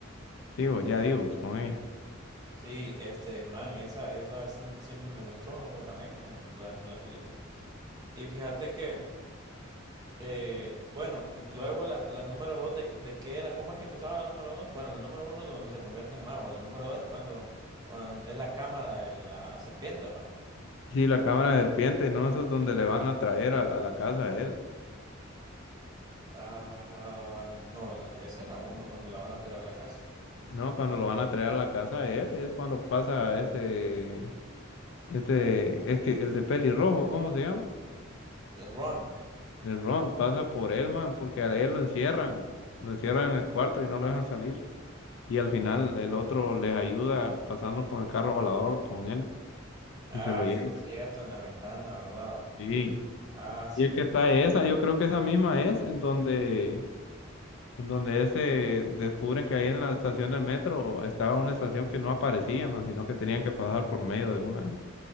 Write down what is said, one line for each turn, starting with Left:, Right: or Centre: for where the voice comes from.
Left: Sí, vos, ya digo, vos, con ella.
Right: Sí, este man, esa, esa sí, sí me gustó también en- durante la película. Y fíjate que. Eh, bueno, luego la, la número dos de, de qué era, ¿cómo es que empezaba la número dos? Bueno, la número uno es donde se convierte en mago, la número dos es cuando, cuando es la cámara de la serpiente, ¿va?
Left: Sí, la cámara de serpiente, ¿no? Eso es donde le van a traer a, la a la casa a él.
Right: Ah, no, la, esa es la uno, cuando la van a traer a la casa.
Left: No, cuando lo van a traer a la casa a él es cuando pasa ese, este, es que el de pelirrojo, ¿cómo se llama?
Right: Eh, Ron,
Left: El Ron pasa por él, man, porque a él lo encierran, lo encierran en el cuarto y no lo dejan salir. Y al final el otro les ayuda pasando con el carro volador con él
Right: ah,
Left: y se lo lleva.
Right: sí, es cierto, en la ventana, ¿verdad?
Left: Sí.
Right: Ah, sí.
Left: Y es que está esa, yo creo que esa misma es en donde en donde se descubren que ahí en la estación del metro estaba una estación que no aparecía más, sino que tenían que pasar por medio de una.